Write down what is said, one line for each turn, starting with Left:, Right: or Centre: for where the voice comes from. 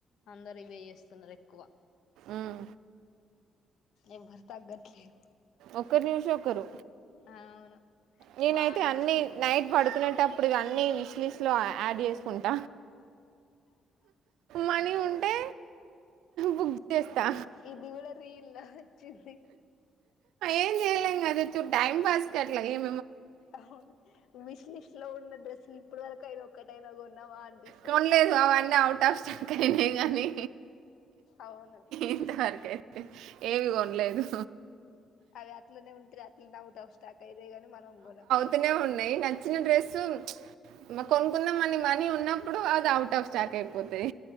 Left: అందరు ఇవే చేస్తున్నరు ఎక్కువ
Right: హ్మ్ఁ
Left: ఎవ్వర్ తగ్గట్లేద్
Right: ఒకరిని చూశి ఒకరు
Left: అవును
Right: నేనైతే
Left: బాగా నేర్చుకుంటున్నారు
Right: అన్ని నైట్ పడుకునేటప్పుడు ఇవి అన్ని విష్ లిష్ ట్లో యాడ్ జేస్కుంట మనీ ఉంటే బుగ్ జేస్తా
Left: ఇది కూడా రీల్లో వచ్చింది
Right: ఏం చేయలేం కదా చూడ్ టైమ్ పాస్ కట్ల ఏం
Left: అవును మిష్లిస్ట్ లో ఉన్న డ్రెస్సులు ఇప్పుడ్ వరకు అయిన ఒక్కటైనా కొన్నావా అనిపిస్తు
Right: కొన్లేదు అవన్నీ అవుట్ ఆఫ్ స్టాక్ అయినాయి గాని
Left: అవును
Right: ఇంతవరకు అయితే ఏవి కొన్లేదు
Left: అవి అట్లనే ఉంటది అట్లనే ఔట్ ఆఫ్ స్టాక్ అయితై గాని మనం గోనం
Right: కొన్నే ఉన్నయి నచ్చిన డ్రెస్సు ప్చ్ మ కొన్కుందమని మనీ ఉన్నప్పుడు అది ఔట్ ఆఫ్ స్టాక్ అయిపోతది